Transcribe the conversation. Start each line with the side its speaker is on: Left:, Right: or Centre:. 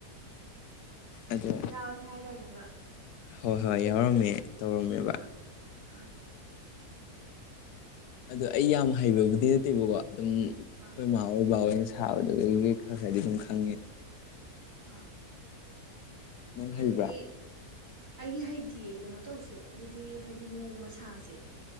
Left: ꯑꯗꯣ
Right: ꯌꯥꯎꯏꯦ ꯍꯥꯏꯗꯅꯦꯕ
Left: ꯍꯣꯏ ꯍꯣꯏ ꯌꯥꯎꯔꯝꯃꯦ ꯇꯧꯔꯝꯃꯦꯕ
Right: ꯑꯥ ꯑꯥ
Left: ꯑꯗꯣ ꯑꯩ ꯌꯥꯝ ꯍꯩꯕꯕꯨꯗꯤ ꯅꯠꯇꯦꯕꯀꯣ ꯑꯗꯨꯝ
Right: ꯑꯥ
Left: ꯏ ꯃꯥꯥ ꯍꯣꯏ ꯕꯥꯋꯅ ꯁꯥꯕꯗꯨꯈꯩ ꯈꯔ ꯈꯔꯗꯤ ꯑꯗꯨꯝ
Right: ꯎꯝ
Left: ꯈꯪꯉꯦ
Right: ꯑꯥ
Left: ꯅꯪ ꯍꯩꯕ꯭ꯔꯥ
Right: ꯑꯗꯨꯗꯤ ꯑꯩꯗꯤ ꯍꯩꯇꯌꯦ ꯀꯩꯅꯣ ꯇꯧꯁꯦ ꯑꯗꯨꯗꯤ ꯍꯥꯏꯗꯤ ꯅꯣꯡ ꯃꯁꯥꯁꯦ